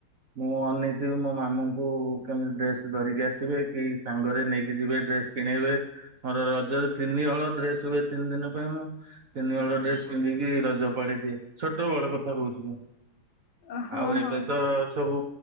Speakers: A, on the right; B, on the left.
A: ମୁଁ ଅନେଇଥିବି ମୋ ମାମୁଁଙ୍କୁ କେମିତି ଡ୍ରେସ୍ ଧରିକି ଆସିବେ କି ସାଙ୍ଗରେ ନେଇକି ଯିବେ ଡ୍ରେସ୍ କିଣେଇବେ ମୋର ରଜରେ ତିନି ହଳ ଡ୍ରେସ୍ ହୁଏ ତିନି ଦିନ ପାଇଁ ମୁଁ ତିନି ହଳ
B: ହୁଁ।
A: ଡ୍ରେସ୍ ପିନ୍ଧିକି ରଜ ପାଳି ଦିଏ। ଛୋଟ ବଳ କଥା କହୁଚି ମୁଁ।
B: ଅ- ହଁ
A: ଆଉ ଏବେ
B: -ହଁ।
A: ତ ସବୁ